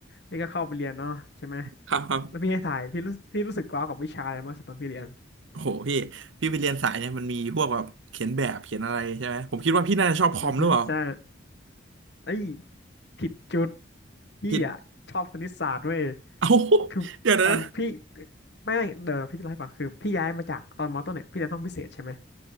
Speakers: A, on the left (about 55°); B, on the right (about 75°).
A: นี่ก็เข้าไปเรียนเนาะใช่ไหม
B: ครับครับ
A: แล้วพี่ให้ถ่ายพี่รู้พี่รู้สึกว้าวกับวิชาอะไรมากสุดตอนพี่เรียน
B: โอ้โหพี่พี่ไปเรียนสายเนี่ยมันมีพวกแบบเขียนแบบเขียนอะไรใช่ไหมผมคิดว่าพี่น่าจะชอบคอมหรือเปล่า
A: อือฮึใช่เอ้ย ผิดจุดพี่อ่ะชอบคณิตศาสตร์เว้ย
B: ผิดเอ้า
A: คือตอนพี่
B: เดี๋ยวนะ
A: ไม่ไม่เดี๋ยวพี่จะเล่าให้ฟังคือพี่ย้ายมาจากตอนมอต้นเนี่ยพี่เรียนห้องพิเศษใช่ไหม